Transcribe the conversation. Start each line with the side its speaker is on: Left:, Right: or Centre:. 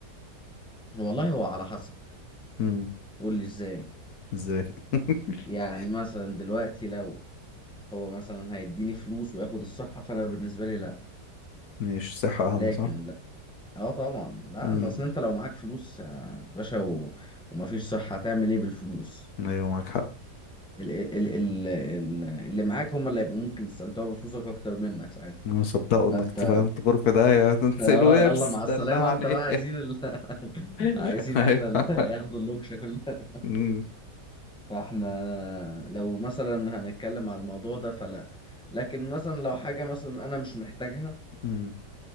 Centre: والله هو على حسب
Left: امم
Centre: قول لي ازاي
Left: ازاي <laughs>
Centre: يعني مثلا دلوقتي لو هو مثلا هيديني فلوس وياخد الصحة فانا بالنسبة لي لا
Left: مش صحة أهم
Centre: لكن
Left: صح
Centre: لا اه طبعا لا
Left: امم
Centre: ده اصل انت لو معاك فلوس يا باشا و... ومفيش صحة هتعمل ايه بالفلوس
Left: أيوة معاك حق
Centre: ال... ال... ال... ال... اللي معاك هم اللي هيبقوا ممكن يستمتعوا بفلوسك اكتر منك ساعتها
Left: انا مصدقه انك
Centre: فانت
Left: فهمت غرفة ده يا تنسي
Centre: اه
Left: الورث
Centre: يلا مع السلامة
Left: دلعني
Centre: انت بقى عايزين ال... <laughs> عايزين
Left: <laughs> ايوه
Centre: احنا ال... <laughs> ياخدوا اللوكشة كلها
Left: أمم،
Centre: فاحنا لو مثلا هنتكلم على الموضوع ده فلا لكن مثلا لو حاجة مثلا انا مش محتاجها
Left: أمم،